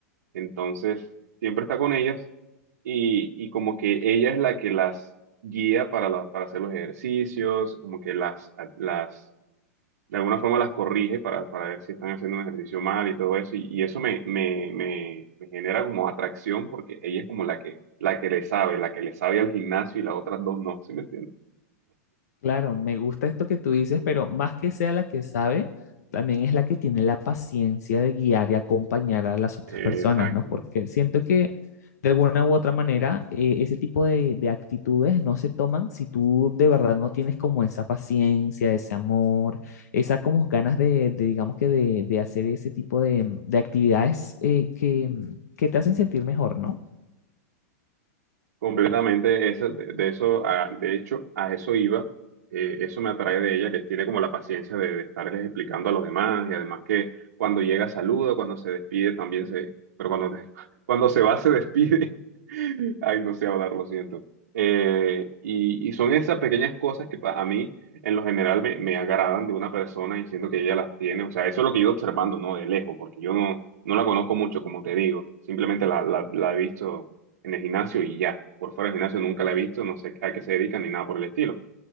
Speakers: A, on the right; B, on the left.
A: Entonces, siempre está con ellas y, y como que ella es la que las guía para, la- para hacer los ejercicios, como que las, las de alguna forma las corrige para, para ver si están haciendo un ejercicio mal y todo eso. Y, y eso me, me, me, me genera como atracción porque ella es como la que, la que le sabe, la que le sabe al gimnasio y las otras dos no, ¿sí me entiendes?
B: Claro, me gusta esto que tú dices, pero más que sea la que sabe, también es la que tiene la paciencia de guiar y acompañar a las otras
A: Exactamente.
B: personas, ¿no? Porque siento que de alguna u otra manera eh, ese tipo de, de actitudes no se toman si tú de verdad no tienes como esa paciencia, ese amor, esa como ganas de, de, digamos que de, de hacer ese tipo de, de actividades eh, que, que te hacen sentir mejor, ¿no?
A: Completamente, eso, de, de eso, a- de hecho, a eso iba, eh, eso me atrae de ella, que tiene como la paciencia de, de estarles explicando a los demás, y además que cuando llega saluda, cuando se despide también se, pero cuando, de- <laughs> cuando se va se despide. <laughs> Ay, no sé hablar, lo siento. Eh, y, y son esas pequeñas cosas que pa- a mí, en lo general, me, me agradan de una persona y siento que ella las tiene, o sea, eso es lo que he ido observando, ¿no? De lejos, porque yo no, no la conozco mucho, como te digo, simplemente la, la la he visto en el gimnasio y ya. Por fuera del gimnasio nunca la he visto, no sé a qué se dedican ni nada por el estilo.